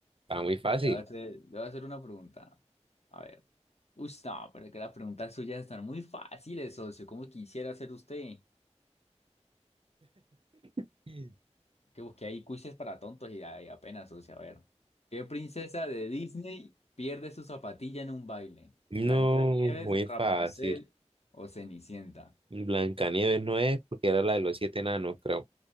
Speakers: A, on the right; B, on the left.
A: está muy fácil.
B: Le voy a hacer, le voy a hacer una pregunta. A ver. Uy, no, pero es que las preguntas suyas están muy fáciles, socio. ¿Cómo quisiera hacer usted?
A: <laughs>
B: Que busqué ahí quizzes para tontos y, ahí apenas, socio. A ver. ¿Qué princesa de Disney pierde su zapatilla en un baile?
A: No,
B: ¿Blancanieves,
A: muy fácil.
B: Rapunzel o Cenicienta?
A: Blancanieves no es porque era la de los siete enanos, creo.